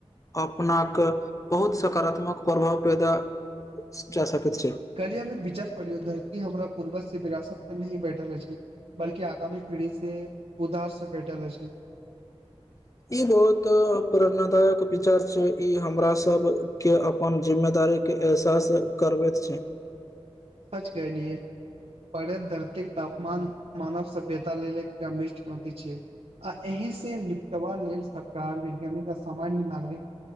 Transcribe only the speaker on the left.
अपना के बहुत सकारात्मक प्रभाव पैदा जा सकैत छैय।
ई बहुत प्रेरणादायक विचार छैय इ हमरा सभके अपन जिम्मेदारीके एहसास करबैत छैय।